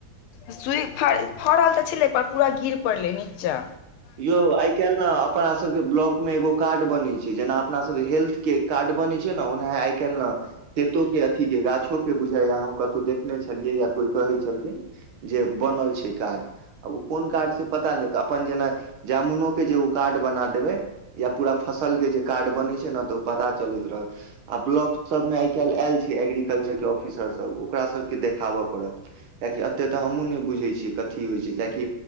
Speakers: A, on the left; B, on the right.
A: सुइखा फड़ल तऽ छेलै पर पूरा गिर पड़लै निचा
B: यौ आय काइल न अपना सभके ब्लॉक में एगो कार्ड बनै छै जेना अपनासब हेल्थ के कार्ड बनै छिय ना ओना आय काइल न खेतो के अथीके गाछोके बुझाय या हम कतौ देखने छलियै या कोई कहै छलखिन। जे बनल छै कार्ड आ ओ कोन कार्ड से पता नै त अपन जेना। जामुनोके जे ओ कार्ड बना देबै। या पूरा फसल के जे कार्ड बनैत छै ने तऽ ओ पता चलैत रहत। आ ब्लॉकसभमे आइ काल्हि आयल छै एग्रीकल्चर के ऑफिसरसभ ओकरा सभके देखाबय पड़त। किएकि एते तऽ हमहुँ ने बुझे छी कथी होय छै किएकि